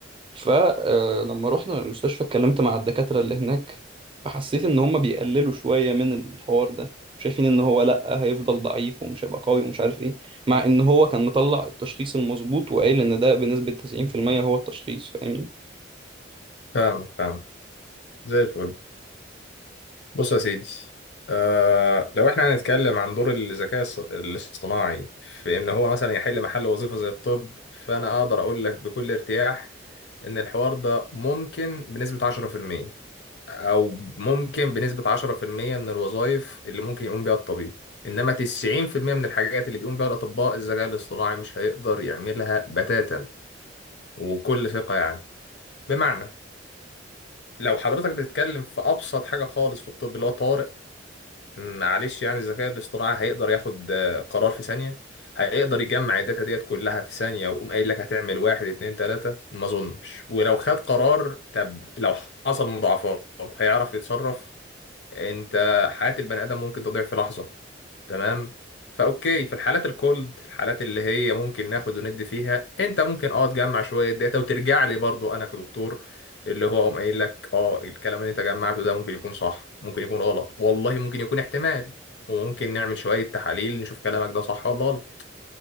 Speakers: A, on the right (about 30°); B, on the left (about 65°).
A: فلما رحنا المستشفى اتكلمت مع الدكاترة اللي هناك فحسيت إن هما بيقللوا شوية من الحوار ده شايفين إن هو لأ هيفضل ضعيف ومش هيبقى قوي ومش عارف إيه مع إن هو كان مطلع التشخيص المظبوط وقايل إن ده بنسبة 90% هو التشخيص فاهمني
B: فاهم فاهم زي الفل بص يا سيدي آه لو احنا هنتكلم عن دور الذكاء الص- الاصطناعي في ان هو مثلا يحل محل وظيفة زي الطب فانا اقدر اقول لك بكل ارتياح ان الحوار ده ممكن بنسبة 10% او ممكن بنسبة 10% من الوظائف اللي ممكن يقوم بيها الطبيب انما 90% من الحاجات اللي بيقوم بيها الاطباء الذكاء الاصطناعي مش هيقدر يعملها بتاتا وبكل ثقة يعني بمعنى لو حضرتك بتتكلم في ابسط حاجه خالص في الطب اللي هو طارئ معلش يعني الذكاء الاصطناعي هيقدر ياخد آه، قرار في ثانيه هيقدر يجمع الداتا ديت كلها في ثانيه ويقوم قايل لك هتعمل واحد اتنين تلاته ما اظنش ولو خد قرار طب لو حصل مضاعفات هيعرف يتصرف انت حياه البني ادم ممكن تضيع في لحظه تمام فاوكي في الحالات الكولد الحالات اللي هي ممكن ناخد وندي فيها انت ممكن اه تجمع شويه داتا وترجع لي برضو انا كدكتور اللي هو قام قايل لك اه الكلام اللي انت جمعته ده ممكن يكون صح ممكن يكون غلط والله ممكن يكون احتمال وممكن نعمل شويه تحاليل نشوف كلامك ده صح ولا غلط